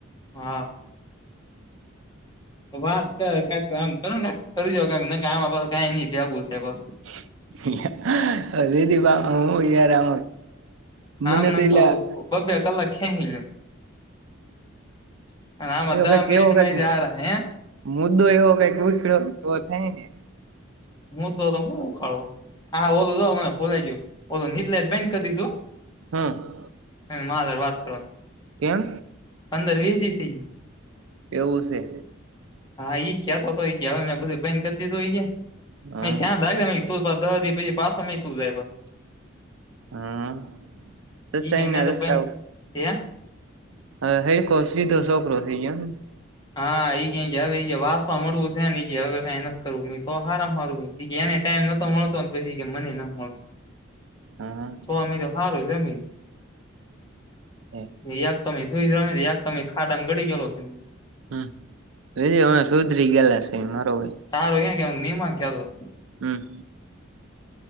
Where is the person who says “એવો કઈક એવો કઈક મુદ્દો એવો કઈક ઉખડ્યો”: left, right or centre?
Right